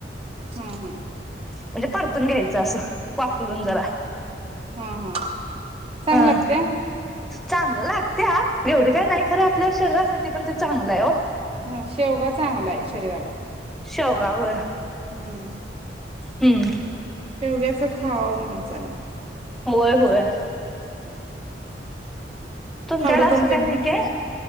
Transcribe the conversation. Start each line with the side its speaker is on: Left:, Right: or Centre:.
Right: हा हा
Centre: म्हणजे परतून घ्यायचं असं वाफलून जरा.
Right: ह ह चांग
Centre: ह
Right: लागत्या
Centre: चांगलं लागत्या एवढी काय नाही खरं आपल्या शरीरासाठी पण ते चांगलं आहे ओ
Right: हं शेवगा चांगला आहे. शरीराला
Centre: शेवगा व्हय
Right: हं
Centre: हंम्
Right: शेवग्याचं खावं माणसानं.
Centre: होय, होय तुमच्याकडे
Right: हड
Centre: असं
Right: पण
Centre: काय
Right: त्यां
Centre: नाही काय